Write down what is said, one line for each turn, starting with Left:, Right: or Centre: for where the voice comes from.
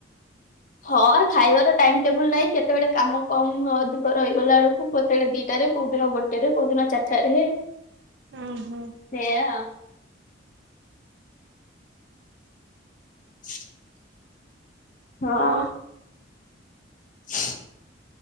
Left: ହଁ ଖାଇବାର ଟାଇମ ଟେବୁଲ ନାହିଁ କେତେବେଳେ କାମ କମ ଅଧିକ ରହିଗଲା ବେଳକୁ କେତେବେଳେ ଡ଼ି ଦିଟାରେ କୋଉ ଦିନ ଗୋଟେ ରେ କୋଉ ଦିନ ଚାରିଟାରେ।
Right: ହୁଁ ହୁଁ।
Left: ଏଇଆ ଆଉ <inaudible> ହଁ।
Right: ଆଉ
Left: <inaudible>